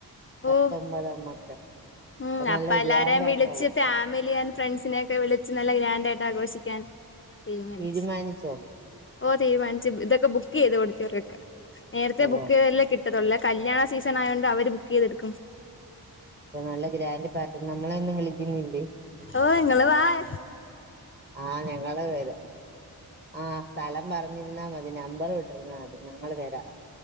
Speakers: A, on the right (about 25°); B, on the left (about 35°).
A: പത്തൊമ്പതാമത്തെ
B: ഓഹ് ഉം
A: അപ്പൊ നല്ല
B: അപ്പ എല്ലാരെയും
A: ഗ്രാൻഡായിട്ടുള്ള
B: വിളിച്ച് ഫാമിലി ആൻഡ് ഫ്രണ്ട്സിനെ ഒക്കെ വിളിച്ച് നല്ല ഗ്രാൻഡായിട്ട് ആഘോഷിക്കാൻ തീരുമാനിച്ചു
A: തീരുമാനിച്ചോ
B: ഓഹ് തീരുമാനിച്ചു ഇതൊക്കെ ബുക്ക് ചെയ്ത് ഓഡിറ്റോറിയം ഒക്ക നേരത്തെ
A: ഓഹ്
B: ബുക്ക് ചെയ്താലല്ലേ കിട് ട്ടത്തൊള്ള് കല്യാണ സീസൺ ആയോണ്ട് അവര് ബുക്ക് ചെയ്തെടുക്കും
A: ഇപ്പൊ നല്ല ഗ്രാൻഡ് പാർട്ടി നമ്മളെ ഒന്നും വിളിക്കുന്നില്ലേ
B: ഓഹ് നിങ്ങള് വായൊ
A: ആഹ് ഞങ്ങള് വരാം ആഹ് സ്ഥലം പറഞ്ഞിരുന്നാ മതി നമ്പർ ഇട്ടിരുന്നാൽ മതി ഞങ്ങള് വരാം